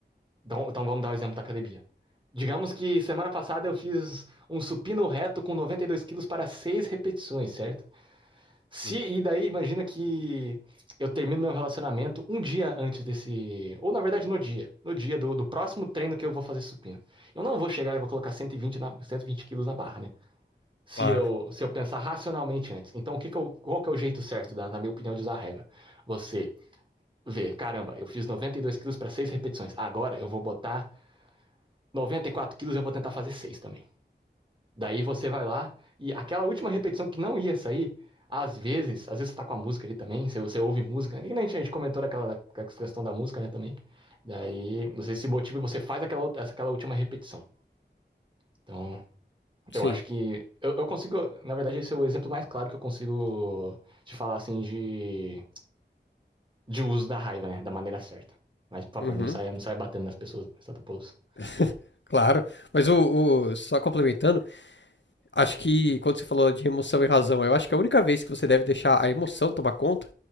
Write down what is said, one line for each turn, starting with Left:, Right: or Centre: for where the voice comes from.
Right: Então, então vamos dar o exemplo da academia. Digamos que semana passada eu fiz um supino reto com 92 quilos para seis repetições, certo? Se,
Left: Hum,
Right: e daí, imagina que eu termino meu relacionamento um dia antes desse. Ou na verdade, no dia. No dia do, do próximo treino que eu vou fazer supino. Eu não vou chegar e vou colocar cento e vinte na, cento e vinte quilos na barra, né? Se
Left: Claro.
Right: eu, se eu pensar racionalmente antes. Então, o que que eu, qual que é o jeito certo, da, na minha opinião, de usar a regra? Você vê, caramba, eu fiz 92 quilos para 6 repetições. Agora eu vou botar 94 quilos e eu vou tentar fazer 6 também. Daí você vai lá e aquela última repetição que não ia sair, às vezes, às vezes você tá com a música ali também, se você ouve música, que nem a gente comentou daquela da- questão da música, né, também. Daí você se motiva e você faz aquela, outra- aquela última repetição. Então,
Left: Sim.
Right: eu acho que eu, eu consigo, na verdade, esse é o exemplo mais claro que eu consigo te falar assim de, de uso da raiva, né, da maneira certa. Mas, por
Left: Uhum.
Right: favor, não saia, não saia batendo nas pessoas, mas tá pulso.
Left: <laughs> Claro. Mas o, o- só complementando, acho que quando você falou de emoção e razão, eu acho que a única vez que você deve deixar a emoção tomar conta